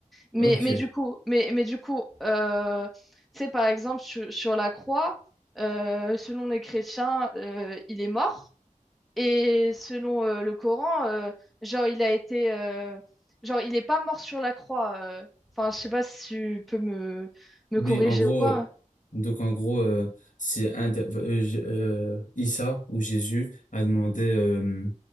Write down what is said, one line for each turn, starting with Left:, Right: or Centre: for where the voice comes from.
Centre: mais,
Left: Ok.
Centre: mais du coup, mais, mais du coup euh, tu sais, par exemple, sur, sur la croix, euh, selon les chrétiens, euh, il est mort et selon euh, le Coran, euh, genre, il a été, euh, genre, il n'est pas mort sur la croix. euh. Enfin, je sais pas si tu peux me, me
Left: Oui,
Centre: corriger
Left: en gros,
Centre: ou quoi.
Left: euh, donc en gros, euh, c'est un des- euh, euh, J- euh, Issa ou Jésus a demandé euh,